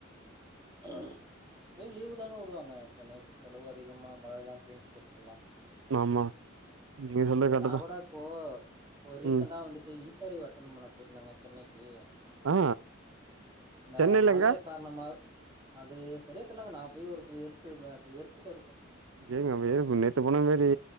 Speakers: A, on the right; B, on the right.
A: எப்டியு லீவுதாங்க வுடுவாங்க சென்னையப் பொறுத்தளவு அதிகமா மழைலாம் பேஞ்ச்சு அப்புன்னா
B: ஆமா நீங்க சொல்றது கரெக்ட்டு
A: நா
B: தா
A: கூட இப்போ இப்போ ரீசன்டா
B: ம்
A: வந்துட்டு இன்டர்வியூ அட் அட்டன் பண்ண போயிருந்தங்க சென்னைக்கி
B: ஆ
A: அந்த
B: சென்னைல
A: மழை
B: எங்க
A: காரணமால் அது சரியாத் தெர்லங்க நா போய் ஒரு டூ இயர்ஸ் மே டூ இயர்ஸ்கிட்ட இருக்கு
B: <unintelligible> நேத்து போனமேரி